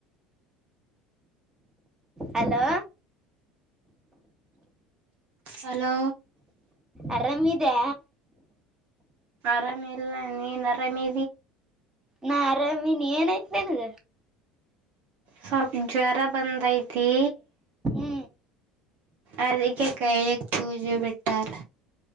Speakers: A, on the right; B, on the right.
A: ಹಲೋ
B: ಹಲೋ
A: ಆರಾಮಿದೆ
B: ಆರಾಮಿ ಇಲ್ಲ ನೀನ್ ಆರಾಮಿ
A: ನಾ ಆರಾಮಿನ ಏನಾಯ್ತೇನಗ
B: ಸ್ವಲ್ ಜ್ವರ ಬಂದಐತಿ
A: ಹ್ಮ
B: ಅದಕ್ಕೆ ಕೈಯಕ್ ಸೂಜಿ ಬಿಟ್ಟಾರ